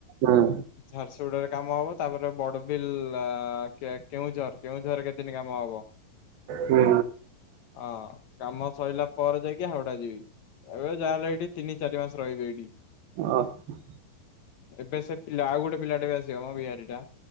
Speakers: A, on the right; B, on the left.
A: ହଁ।
B: ଝାରସୁଗୁଡାରେ କାମ ହବ ତାପରେ ବଡ଼ବିଲ୍ଲା କେଉଁଝର କେଉଁଝର କେତେ ଦିନ କାମ ହବ? <inaudible>
A: ହୁଁ।
B: ହଁ କାମ ସରିଲା ପରେ ଯାଇକି ହାଉଡା ଯିବି। ଏବେ ଯାହାହେଲେ ଏଇଠି ତିନି ଚାରି ମାସ ରହିବେ ଏଇଠି।
A: ଓ ହୋ।
B: ଏବେ ସେ ପିଲା ଆଉ ଗୋଟେ ପିଲାଟା ବି ଆସିବ ମୋ ବିହାରୀ ଟା।